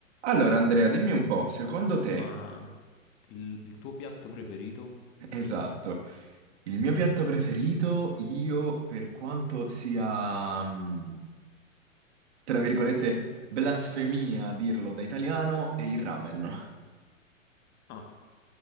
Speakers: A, on the right; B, on the left.
A: Allora, Andrea, dimmi un po', secondo te,
B: Ma il, il tuo piatto preferito?
A: esatto, il mio piatto preferito, io, per quanto sia, mh, tra virgolette, blasfemia dirlo da italiano, è il ramen.
B: Ah,